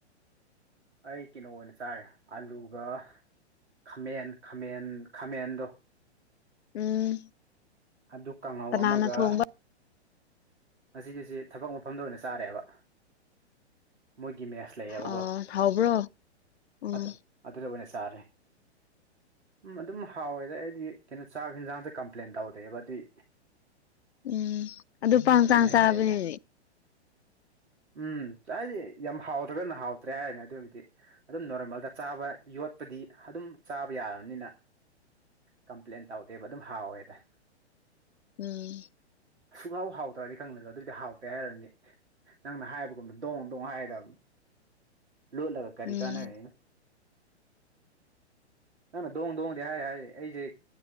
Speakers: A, on the right (about 75°); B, on the left (about 70°).
A: ꯑꯩ ꯀꯤꯅꯣ ꯑꯣꯏꯅ ꯆꯥꯏꯑꯦ ꯑꯥꯂꯨꯒ ꯈꯃꯦꯟ ꯈꯃꯦꯟ ꯈꯥꯃꯦꯟꯗꯣ
B: ꯎꯝ
A: ꯑꯗꯨ ꯀꯥꯡꯍꯧ
B: ꯀꯅꯥꯅ
A: ꯑꯃꯒ
B: ꯊꯣꯡꯕ
A: ꯉꯁꯤꯗꯤꯁꯤ ꯊꯕꯛ ꯃꯐꯝꯗ ꯑꯣꯏꯅ ꯆꯥꯔꯦꯕ ꯃꯣꯏꯒꯤ ꯃꯦꯁ ꯂꯩꯌꯦꯕꯀꯣ
B: ꯑ ꯍꯥꯎꯕ꯭ꯔꯣ ꯎꯝ
A: ꯑꯗ ꯑꯗꯨꯗ ꯆ ꯇꯥꯔꯦ ꯎꯝ ꯑꯗꯨꯝ ꯍꯥꯎꯋꯦꯗ ꯑꯩꯗꯤ ꯀꯩꯅꯣ ꯆꯥꯛ ꯍꯦꯟꯖꯥꯡꯗ ꯀꯝꯄ꯭ꯂꯦꯟ ꯇꯧꯗꯦꯕ ꯑꯗꯨꯏ
B: ꯎꯝ ꯑꯗꯨ ꯄꯪꯆꯥꯡ
A: ꯑꯗꯨꯝ ꯍꯩꯅꯗ
B: ꯆꯥꯕꯅꯤꯅꯦ
A: ꯎꯝ ꯆꯥꯗꯤ ꯌꯥꯝ ꯍꯥꯎꯑꯦ ꯐꯖꯅ ꯍꯥꯎꯇ꯭ꯔꯦ ꯍꯥꯏꯔꯗꯤ ꯑꯗꯨꯝꯃꯗꯤ ꯑꯗꯨꯝ ꯅꯣꯔꯃꯦꯜꯗ ꯆꯥꯕ ꯌꯣꯠꯄꯗꯤ ꯑꯗꯨꯝ ꯆꯥꯕ ꯌꯥꯔꯕꯅꯤꯅ ꯀꯝꯄ꯭ꯂꯦꯟ ꯇꯧꯗꯦꯕ ꯑꯗꯨꯝ ꯍꯥꯎꯋꯦꯗ
B: ꯎꯝ
A: ꯁꯨꯛꯍꯥꯎ ꯍꯥꯎꯇ꯭ꯔꯗꯤ ꯈꯪꯗꯦ ꯑꯗꯨꯑꯣꯏꯗꯤ ꯑꯗꯨꯗꯤ ꯍꯥꯎꯇꯦ ꯍꯥꯏꯔꯅꯤ ꯅꯪꯅ ꯍꯥꯏꯕꯒꯨꯝꯅ ꯗꯣꯡ ꯗꯣꯡ ꯍꯥꯏꯒꯗꯕꯅꯤ ꯂꯣꯠꯂꯒ ꯀꯔꯤ
B: ꯎꯝ
A: ꯀꯥꯟꯅꯔꯦꯅ ꯅꯪꯅ ꯗꯣꯡ ꯗꯣꯡꯗꯤ ꯍꯥꯏ ꯍꯥꯏꯔꯤ ꯑꯩꯖꯦ